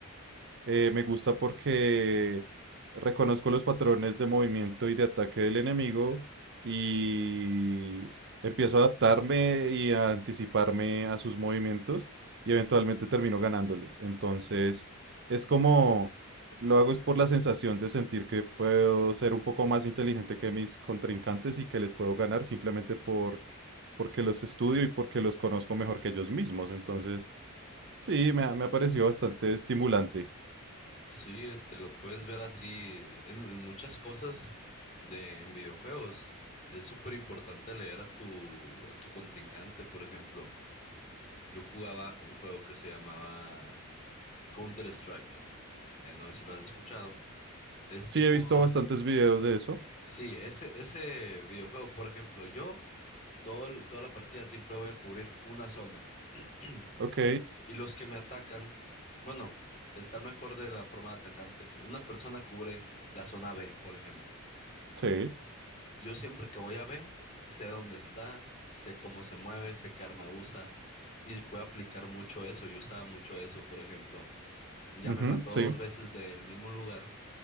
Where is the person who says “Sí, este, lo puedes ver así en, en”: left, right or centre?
Left